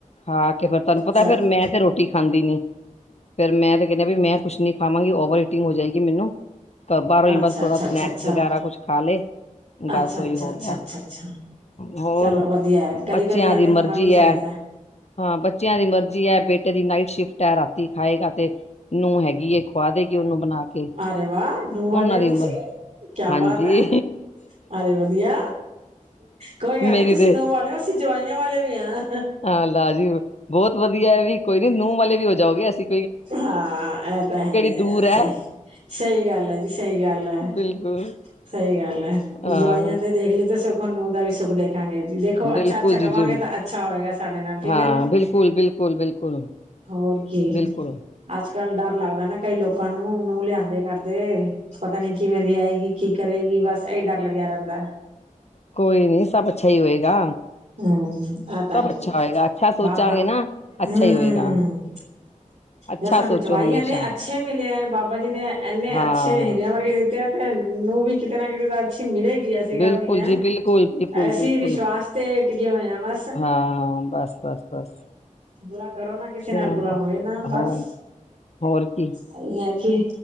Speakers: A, on the left; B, on the right.
A: ਖਾ ਕੇ ਫਿਰ ਤੁਹਾਨੂੰ ਪਤਾ
B: ਚਲੋ
A: ਫਿਰ ਮੈਂ ਤੇ ਰੋਟੀ ਖਾਂਦੀ ਨੀ ਫੇਰ ਮੈਂ ਤੇ ਕਹਿੰਦਾ ਵੀ ਮੈਂ ਕੁੱਛ ਨੀ ਖਾਵਾਂਗੀ ਓਵਰ ਹੀਟਿੰਗ ਹੋ ਜਾਏਗੀ ਮੈਨੂੰ ਬਾਹਰੋਂ ਹੀ
B: ਅੱਛਾ
A: ਬਸ ਥੋੜਾ
B: ਅੱਛਾ
A: ਸਨੈਕਸ
B: ਅੱਛਾ ਅੱਛਾ
A: ਵਗੈਰਾ ਕੁਛ ਖਾ ਲਏ ਬਸ
B: ਅੱਛਾ ਅੱਛਾ
A: ਉਓਹੀ
B: ਅੱਛਾ
A: ਹੋ ਗਿਆ
B: ਅੱਛਾ ਅੱਛਾ
A: ਹੋਰ
B: ਚਲੋ ਵਧੀਆ ਹੈ ਕਦੀ
A: ਬੱਚਿਆਂ
B: ਕਦੀ
A: ਦੀ
B: ਐਵੇਂ ਹੋਣਾ
A: ਮਰਜ਼ੀ
B: ਵੀ
A: ਹੈ।
B: ਚਾਹੀਦਾ
A: ਹਾਂ ਬੱਚਿਆਂ ਦੀ ਮਰਜ਼ੀ ਹੈ ਬੇਟੇ ਦੀ ਨਾਈਟ ਸ਼ਿਫਟ ਹੈ ਰਾਤੀ ਖਾਏਗਾ ਤੇ ਨੂੰ ਹੈਗੀ ਖੁਵਾ ਦੇ ਕੇ ਉਹਨੂੰ ਬਣਾ ਕੇ
B: ਅਰੇ ਵਾਹ ਨੂੰਹ
A: ਉਹਨਾਂ
B: ਵਾਲੇ ਹੋ
A: ਦੀ
B: ਤੁਸੀਂ
A: ਉਮਰ
B: ਕਿਆ
A: ਹਾਂਜੀ
B: ਬਾਤ ਹੈ ਅਰੇ ਵਧੀਆ ਕੋਈ ਗੱਲ
A: ਮੇਰੀ
B: ਨੀ ਤੁਸੀਂ
A: ਤੇ
B: ਨੂੰਹ ਵਾਲੇ ਹੋ ਅਸੀਂ ਜਵਾਈਆਂ ਵਾਲੇ ਵੀ ਹਾਂ।
A: ਹਾਂ ਲਾਜੂ ਬਹੁਤ ਵਧੀਆ ਹੈ ਵੀ ਕੋਈ ਨੀ ਨੂੰਹ ਵਾਲੇ ਵੀ ਹੋ ਜਾਓਗੇ ਅਸੀਂ
B: ਹਾਂ ਇਹ ਤਾਂ ਹੈ ਹੀ ਆ
A: ਦੂਰ ਹੈ
B: ਸਹੀ ਸਹੀ ਗੱਲ ਹੈ ਜੀ ਸਹੀ ਗੱਲ ਹੈ
A: ਬਿਲਕੁਲ
B: ਸਹੀ ਗੱਲ ਹੈ
A: ਹਾਂ
B: ਜਵਾਈਆਂ ਦੇ ਦੇਖ ਲਈ ਤਾਂ ਸੁਖ ਨੂੰਹ ਦਾ ਵੀ ਸੁੱਖ ਦੇਖ ਜੀ ਦੇਖੋ
A: ਬਿਲਕੁਲ
B: ਅੱਛਾ, ਅੱਛਾ
A: ਜੀ
B: ਕਵਾਂਗੇ
A: ਜ਼ਰੂਰ
B: ਤਾਂ ਅੱਛਾ ਹੋਏਗਾ ਸਾਡੇ ਨਾਲ ਠੀਕ
A: ਹਾਂ
B: ਹੈ ਨਾ
A: ਬਿਲਕੁਲ ਬਿਲਕੁਲ ਬਿਲਕੁਲ
B: ਹੋਰ ਕੀ
A: ਬਿਲਕੁਲ
B: ਅੱਜ ਕੱਲ ਡਰ ਲੱਗਦਾ ਨਾ ਕਈ ਲੋਕਾਂ ਨੂੰ ਨੂੰਹ ਲਿਆਂਦੇ ਕਰਦੇ ਪਤਾ ਨੀ ਕਿਵੇਂ ਦੀ ਆਏਗੀ ਕੀ ਕਰੇਗੀ ਬਸ ਇਹੀ ਡਰ ਲੱਗਿਆ ਰਹਿੰਦਾ
A: ਕੋਈ ਨੀ ਸਭ ਅੱਛਾ ਹੀ ਹੋਏਗਾ
B: ਹਮ ਆ ਤਾਂ
A: ਸਭ
B: ਹੈਗਾ
A: ਅੱਛਾ ਹੋਏਗਾ ਅੱਛਾ ਸੋਚਾਂਗੇ
B: ਬਾਬਾ
A: ਨਾ ਅੱਛਾ
B: ਹਮ
A: ਹੀ ਹੋਏਗਾ ਅੱਛਾ
B: ਜਾਂ ਸਾਨੂੰ
A: ਸੋਚੋ
B: ਜਵਾਈ
A: ਹਮੇਸ਼ਾ
B: ਇੰਨੇ ਅੱਛੇ ਮਿਲੇ ਹੈ ਬਾਬਾ ਜੀ ਨੇ ਇੰਨੇ
A: ਹਾਂ
B: ਅੱਛੇ ਹੀਰਿਆਂ ਵਰਗੇ ਦਿੱਤੇ ਤੈਨੂੰ ਵੀ ਕਿਤੇ ਨਾ ਕਿਤੇ ਦੱਸ ਮਿਲੇਗੀ ਐਸੀ
A: ਬਿਲਕੁਲ
B: ਗੱਲ ਨਹੀਂ ਹੈ
A: ਜੀ ਬਿਲਕੁਲ ਬਿਲਕੁਲ
B: ਐਸੀ
A: ਬਿਲਕੁਲ
B: ਵਿਸ਼ਵਾਸ ਤੇ ਪੇਏ ਹੋਏ ਹਾ ਬਸ
A: ਹਾਂ ਬਸ ਬਸ ਬਸ
B: ਬੁਰਾ ਕਰੋ ਨਾ ਕਿਸੇ
A: ਚਲੋ
B: ਨਾਲ ਬੁਰਾ ਹੋਏ ਨਾ ਬਸ
A: ਹੋ ਹੋਰ ਕੀ
B: ਅਹੀ ਹੈ ਕਿ